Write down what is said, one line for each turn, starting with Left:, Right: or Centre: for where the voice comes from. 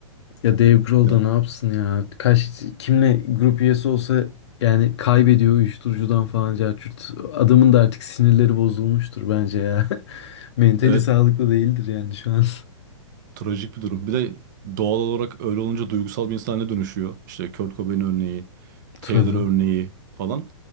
Left: Ya Dave Grohl
Right: Yani
Left: da ne yapsın ya? Kaç kimle grup üyesi olsa yani kaybediyor uyuşturucudan falan carçurt. Adamın da artık sinirleri bozulmuştur bence ya. <laughs> Mentali
Right: evet
Left: sağlıklı değildir yani şu an.
Right: trajik bir durum. Bir de doğal olarak öyle olunca duygusal bir insana dönüşüyor. İşte Kurt Cobain örneği,
Left: Tabii.
Right: Taylor örneği falan.